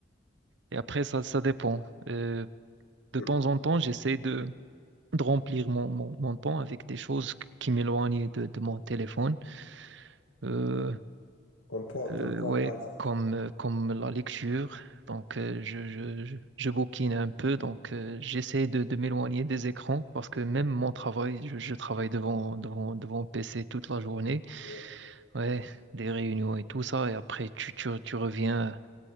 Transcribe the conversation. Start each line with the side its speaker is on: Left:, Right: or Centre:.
Right: Et après, ça, ça dépend. Euh, de
Left: mm.
Right: temps en temps, j'essaie de, de remplir mon, mon, mon temps avec des choses qui m'éloignent de, de mon téléphone. Euh,
Left: Comme quoi,
Right: euh,
Left: comme quoi
Right: ouais,
Left: par exemple.
Right: comme, euh, comme la lecture. Donc, euh, je, je, je, je bouquine un peu. Donc, euh, j'essaie de, de m'éloigner des écrans parce que même mon travail, je, je travaille devant, devant, devant PC toute la journée.
Left: Mm.
Right: Ouais, des réunions et tout ça. Et après, tu, tu, tu reviens.